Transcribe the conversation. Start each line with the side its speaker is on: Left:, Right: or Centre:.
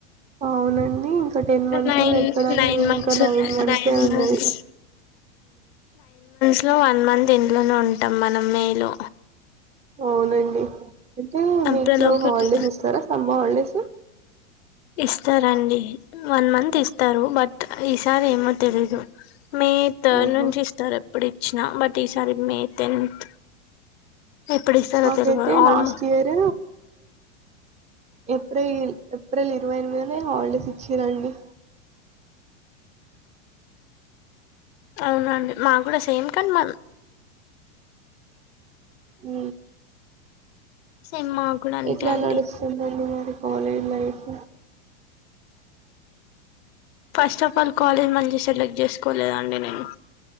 Right: అవునండి ఇంకా టెన్ మంత్స్
Left: నైన్
Right: కూడా ఎక్కడండి
Left: నైన్ మంత్స్
Right: ఇంకా నైన్
Left: ఉన్నాయి
Right: మంత్సే ఉన్నయి
Left: మంత్స్ ఇంట్లో వన్ మంత్ ఇంట్లోనే ఉంటాం మనం మేలో
Right: అవునండి అంటే
Left: ఏప్రిల్
Right: మీకు
Left: ఒకటి
Right: హాలిడేస్ ఇస్తారా సమ్మ హాలిడేస్
Left: ఇస్తారండి వన్ మంత్ ఇస్తారు బట్ ఈసారి ఏమో తెలీదు మే థర్డ్
Right: ఆహా!
Left: నుంచి ఇస్తారు ఎప్పుడు ఇచ్చిన బట్ ఈసారి మే టెన్త్ ఎప్పుడు ఇస్తారో
Right: నాకైతే
Left: తెలవదు almost
Right: last year April April ఇరవై ఎనిమిదినే హాలిడేస్ ఇచ్చిరండి
Left: అవునండి మా కూడా సేమ్ కానీ మ
Right: అ
Left: సేమ్ మాకు కూడా అంతే
Right: ఎట్లా
Left: అండి
Right: నడుస్తుందండి మాది college life
Left: first of all college మంచి సెలెక్ట్ చేసుకోలేదండి నేను